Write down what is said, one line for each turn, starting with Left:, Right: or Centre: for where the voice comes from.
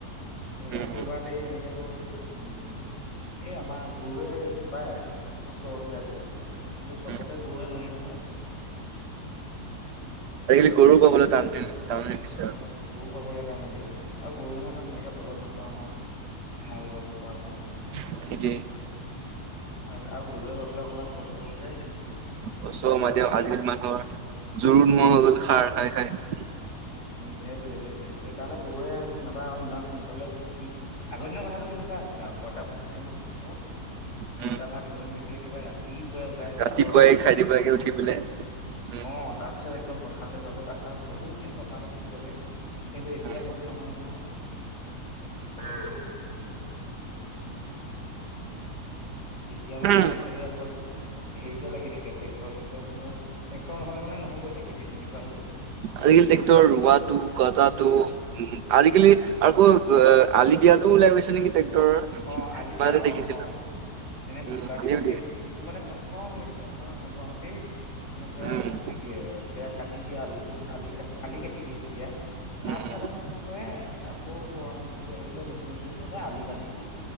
Left: ক'ৰবাত
Right: উম,
Left: ক'ৰবাত এই এনেকে তোৰ উম এ আমাৰ গৰুৱে বায় ওচৰৰ কিটা জেগা কিন্তু চবতে
Right: উম, উম।
Left: গৰুৱে নোৱাৰি নহয়।
Right: আজি কালি গৰু পাবলৈ টান টান হৈ গৈছে আৰু
Left: অ' গৰু পাবলৈ টান আজিকালি আৰু গৰু মানে তাত তেনেকে বলদ নাপাৱ ন। হাল বাব পৰাকে।
Right: <inaudible>
Left: হয় আৰু গৰুৱে বাবলৈ অকণমান কষ্টও যে। সেইটো
Right: <unintelligible>
Left: কাৰণে গৰুৱে নাবায়
Right: আজি
Left: আৰু
Right: কালি মানুহৰ জোৰ নোহোৱা
Left: উম,
Right: হৈ গ'ল সাৰ খাই খাই।
Left: উম সেইটোৱে সেইটোৱে সেইকাৰণে গৰুৱে নাবায় আৰু ইমান সোনকালে উঠি আগৰ দিনৰ কথাটো কেনেকুৱা আছিল আও, পইতা ভাত কেইটামান থাকিব পঁইতা
Right: উম,
Left: ভাত লৈ মেলি একেবাৰে ৰাতিপুৱাই ওলাই যাব
Right: ৰাতিপুৱাই
Left: আৰু পথাৰলৈ
Right: খাই দিব লাগে উঠি পেলাই উম,
Left: অ' তাৰ পিছত একদম পথাৰলৈ যাব পথাৰ বহুত দিন পথাৰতে থাকিবগে। কিন্তু এতিয়া
Right: উম।
Left: সেইটো নহয় নহয় আৰু। এতিয়া মানে
Right: উম।
Left: চবেই অকল হেৰিতে লাগি থাকে ট্ৰেক্টৰ চেকটৰ <unintelligible> ট্ৰেক্টৰ নহ'লে মানে নহ'ব এতিয়া খেতি তেনেকুৱা হৈ গ'ল
Right: আজিকালি ট্ৰেক্টৰৰ ৰোৱাটো কাটাটো উ আজিকালি
Left: অ
Right: আকৌ অ' আলি দিয়াটোও ওলাই গৈছে নেকি ট্ৰেক্টৰৰ
Left: অ' আলি
Right: মাজতে
Left: দিয়া
Right: দেখিছিলো
Left: অ অ এনে
Right: উম
Left: বোকা
Right: আলিও
Left: দিওঁতেই
Right: দিয়ে
Left: তোৰ মানে প্ৰথম এনেকে পথাৰখন হাল বাওঁতেই এ পুৰা
Right: উম
Left: হেৰি কৰি দিয়ে সেয়া কাটি দিয়ে আলিবোৰ আলি কাট আলি কাটি দিয়ে তেতিয়া
Right: উম
Left: তাৰপিছত
Right: উম
Left: আকৌ কি কৰে আকৌ যেতিয়া হেৰি কৰে মেচিনে দি কৰোতে আলি বান্ধি দিয়ে